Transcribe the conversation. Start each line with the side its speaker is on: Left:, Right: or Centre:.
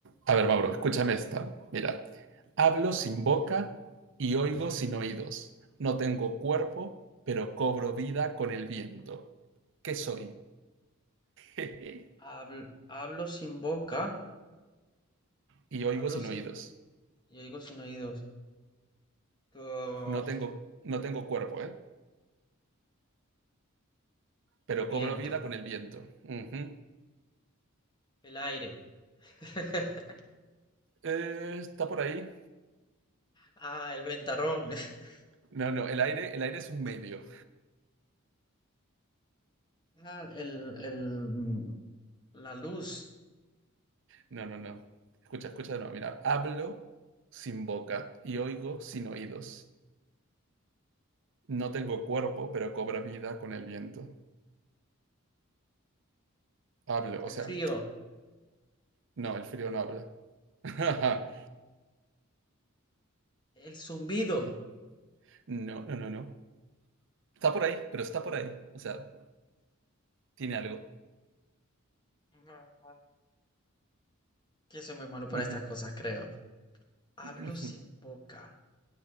Right: A ver, Mauro, escúchame esta. Mira, hablo sin boca y oigo sin oídos. No tengo cuerpo, pero cobro vida con el viento. ¿Qué soy? <laughs>
Left: Habl- hablo sin boca,
Right: y oigo
Left: hablo
Right: sin
Left: sin,
Right: oídos.
Left: yo digo sin oídos. Uf,
Right: No tengo, no tengo cuerpo, ¿eh? Pero
Left: el viento,
Right: cobro vida con el viento. Ujú.
Left: el aire, <laughs>
Right: Eh, ¿Está por ahí?
Left: ah, el ventarrón, <laughs>
Right: No, no, el aire, el aire es un medio.
Left: ah, el, el, mm, la luz,
Right: No, no, no. Escucha, escucha de nuevo. Mira, hablo sin boca y oigo sin oídos. No tengo cuerpo, pero cobro vida con el viento. Hablo,
Left: el
Right: o sea,
Left: frío,
Right: no, el frío no habla. <laughs>
Left: el zumbido.
Right: Eh, No, no, no, no. Está por ahí, pero está por ahí. O sea, tiene algo.
Left: <laughs> No, Yo soy muy malo para
Right: Ujú,
Left: estas cosas, creo. Hablo
Right: ujú,
Left: sin boca